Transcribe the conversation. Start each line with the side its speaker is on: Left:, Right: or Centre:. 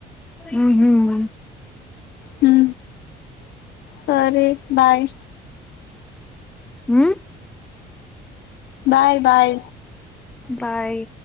Centre: ఉహుం.
Left: హ సరే బాయ్
Centre: హ
Left: బాయ్ బాయ్
Centre: బాయ్